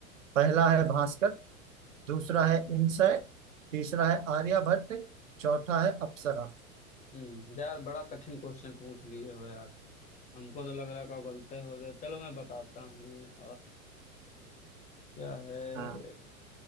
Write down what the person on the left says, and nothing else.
हम्म यार बड़ा कठिन क्वेश्चन पूछ लिए हो यार हमको तो लग रहा है का गलते हो जाए चलो मैं बताता हूँ अ, क्या है